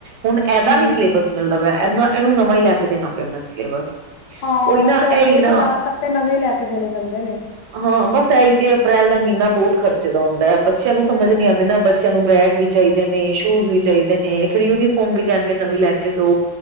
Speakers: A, on the right (about 75°); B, on the left (about 80°).
A: ਹੁਣ ਇਹਦਾ
B: ਹੂੰ
A: ਨੀ ਸਿਲੇਬਸ ਮਿਲਦਾ ਪਿਆ ਇਹਦਾ ਇਹਨੂੰ ਨਵਾਂ ਹੀ ਲੈ ਕੇ ਦੇਣਾ ਪਿਆ ਮੈਨੂੰ ਸਿਲੇਬਸ
B: ਹਾਂ
A: ਉਹੀ ਨਾ
B: ਬਸ ਏਠਥ
A: ਇਹੀ ਨਾ
B: ਕਲਾਸ ਤਕ ਤੇ ਨਵੇਂ ਹੀ ਲੈ ਕੇ ਦੇਣੇ ਪੈਂਦੇ ਨੇ
A: ਹਾਂ ਬਸ ਇਹੀ ਤੇ ਅਪ੍ਰੈਲ ਦਾ ਮਹੀਨਾ ਬਹੁਤ ਖਰਚੇ ਦਾ ਹੁੰਦਾ ਬੱਚਿਆਂ ਨੂੰ ਸਮਝ
B: ਬਹੁਤ
A: ਨੀ ਆਉਂਦੀ ਨਾ ਬੱਚਿਆਂ ਨੂੰ ਬੈਗ ਵੀ ਚਾਹੀਦੇ ਤੇ ਸ਼ੂਜ ਵੀ ਚਾਹੀਦੇ ਨੇ ਫੇਰ ਯੂਨੀਫੋਰਮ ਵੀ ਕਹਿਣਗੇ ਨਵੀਂ ਲੈ ਕੇ ਦੋ